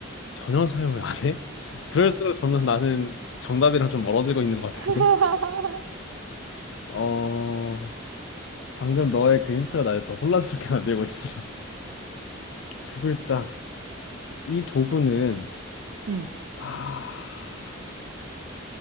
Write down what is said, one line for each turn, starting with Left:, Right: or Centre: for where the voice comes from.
Left: 전혀 사용을 안 해? <laughs> 그럴수록
Right: 어.
Left: 점점 나는 정답이랑 좀 멀어지고 있는 것 같은데?
Right: <laughs>
Left: 어, 방금 너의 그 힌트가 나를 더 혼란스럽게 만들고 있어. <laughs> 두 글자. 이 도구는,
Right: 응,
Left: 아,